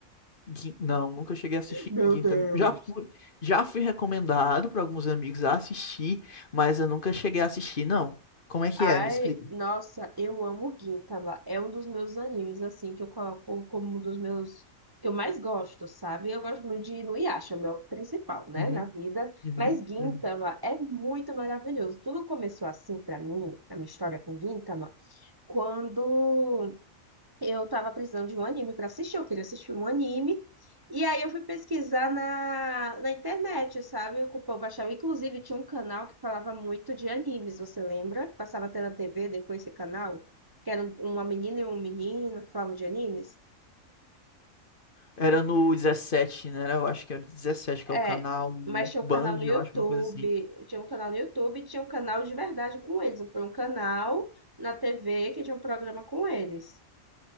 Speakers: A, on the left; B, on the right.
A: Gin- Não, nunca cheguei a assistir
B: Meu
A: Gintama.
B: Deus!
A: Já fui, já fui recomendado para alguns amigos a assistir, mas eu nunca cheguei a assistir, não. Como é que
B: Ai,
A: é? Me explica.
B: nossa, eu amo Gintama. É um dos meus animes, assim, que eu coloco como um dos meus... que eu mais gosto, sabe? Eu gosto muito de Inuyasha, meu principal, né,
A: Uhum,
B: na vida.
A: uhum,
B: Mas Gintama
A: uhum.
B: é muito maravilhoso. Tudo começou assim pra mim, a minha história com Gintama, quando... Eu tava precisando de um anime pra assistir, eu queria assistir um anime. E aí eu fui pesquisar na, na internet, sabe? Eu, eu baixava, inclusive, tinha um canal que falava muito de animes, você lembra? Passava até na TV depois esse canal, que era um, uma menina e um menino que falavam de animes.
A: Era no 17, né? Eu acho que era o 17, que
B: É,
A: é o canal
B: mas tinha
A: Band,
B: um canal no
A: eu
B: YouTube,
A: acho, uma coisa assim.
B: tinha um canal no YouTube e tinha um canal de verdade com eles. Foi um canal na TV que tinha um programa com eles.